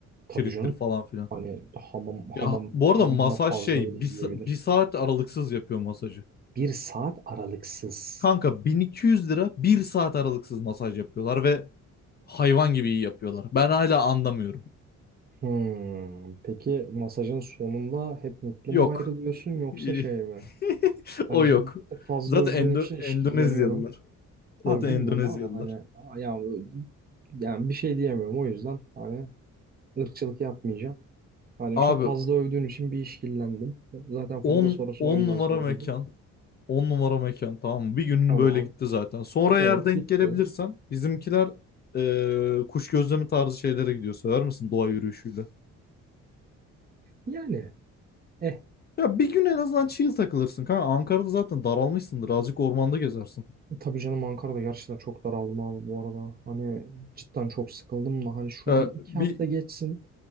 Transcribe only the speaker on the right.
Tabii
canım.
Hani hamam,
hamam
bir
günden fazla
bile yiyebilir.
Bir saat aralıksız.
Hmm. Peki masajın sonunda hep mutlu
mu ayrılıyorsun yoksa
şey mi? Hani
şimdi
bir tık fazla
övdüğün
için işkilleniyorum.
Abi
bilmiyorum
ama hani yani, yani bir şey diyemiyorum o yüzden hani ırkçılık yapmayacağım. Hani
çok fazla övdüğün için bir işkillendim. Zaten Funda
sorusunu
o yüzden
sorduydum.
Tamam.
Evet
gitti.
Yani eh
tabii canım Ankara'da gerçekten çok daraldım abi bu arada. Hani cidden çok sıkıldım da hani şu
bir iki
hafta geçsin.